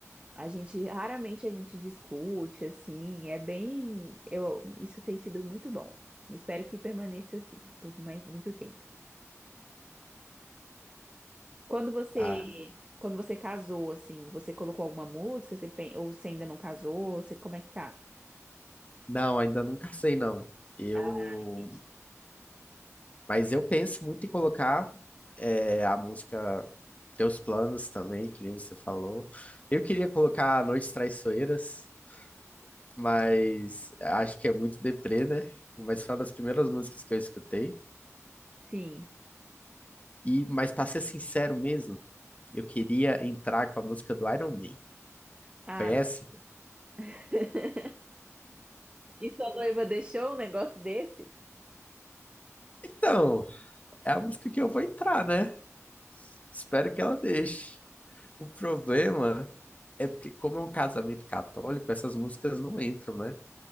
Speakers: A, on the right; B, on the left.
A: A gente, raramente a gente discute, assim. É bem, eu, isso tem sido muito bom. Espero que permaneça assim por mais, muito tempo. Quando você,
B: ah,
A: quando você casou, assim, você colocou alguma música? Você, pen- ou você ainda não casou? Você, como é que tá?
B: não, ainda não casei não. Eu
A: Ah, entendi.
B: Mas eu penso muito em colocar é, a música Teus Planos também, que nem você falou. Eu queria colocar Noites Traiçoeiras, mas acho que é muito deprê, né? Mas foi uma das primeiras músicas que eu escutei.
A: Sim.
B: E, mas para ser sincero mesmo, eu queria entrar com a música do Iron Man.
A: Ah,
B: Conhece?
A: <laughs> e sua noiva deixou um negócio desse?
B: Então, é a música que eu vou entrar, né? Espero que ela deixe. O problema é porque, como é um casamento católico, essas músicas não entram, né?